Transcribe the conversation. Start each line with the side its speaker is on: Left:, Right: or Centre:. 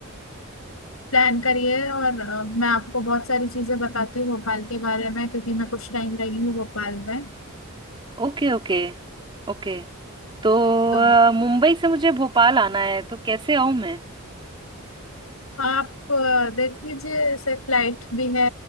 Left: प्लान करिए और अ, मैं आपको बहुत सारी चीजें बताती हूँ भोपाल के बारे में क्योंकि मैं कुछ टाइम रही हूँ भोपाल में
Right: Okay okay ओके तो
Left: तो
Right: अ, मुंबई से मुझे भोपाल आना है तो कैसे आऊँ मैं
Left: आप अ, देख लीजिए जैसे फ्लाइट भी है